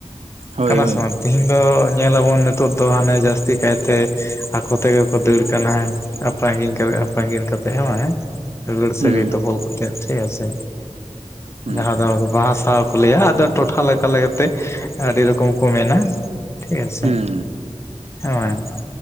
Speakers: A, on the right (about 65°); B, on the left (about 25°).
A: ᱦᱳᱭ
B: ᱠᱟᱱ
A: ᱦᱳᱭ
B: ᱥᱮ ᱵᱟᱝ? ᱛᱮᱦᱮᱧ ᱫᱚ ᱧᱮᱞ ᱟᱵᱚᱱ ᱱᱤᱛᱚᱜ ᱫᱚ ᱦᱟᱱᱮ ᱡᱟᱹᱥᱛᱤ ᱠᱟᱭ ᱛᱮ ᱟᱠᱚ ᱛᱮᱜᱮ ᱠᱚ ᱫᱟᱹᱲ ᱠᱟᱱᱟ᱾ ᱯᱨᱟᱝᱜᱤᱧ ᱠᱟᱛᱮᱜ ᱟᱸᱯᱟᱜᱤᱨ ᱠᱟᱛᱮᱜ ᱦᱮᱸᱵᱟᱝ ᱦᱮᱸ᱾ ᱫᱩᱞᱟᱹᱲ
A: ᱦᱩᱸ
B: ᱥᱟᱹᱜᱟᱹᱭ ᱛᱚᱯᱚᱞ ᱠᱟᱛᱮᱜ ᱴᱷᱤᱠ ᱟᱪᱷᱮ
A: ᱦᱩᱸ
B: ᱡᱟᱸᱦᱟ ᱫᱚ ᱟᱫᱚ ᱵᱟᱦᱟ ᱥᱟᱦᱟ ᱠᱚ ᱞᱟᱹᱭᱼᱟ ᱾ ᱟᱫᱚ ᱴᱚᱴᱷᱟ ᱞᱮᱠᱟ ᱞᱮᱠᱟᱛᱮ ᱟᱹᱰᱤ ᱨᱚᱠᱚᱢ ᱠᱚ ᱢᱮᱱᱟ᱾ ᱴᱷᱤᱠ ᱟᱪᱷᱮ
A: ᱦᱩᱸ
B: ᱦᱮᱸ ᱵᱟᱝ!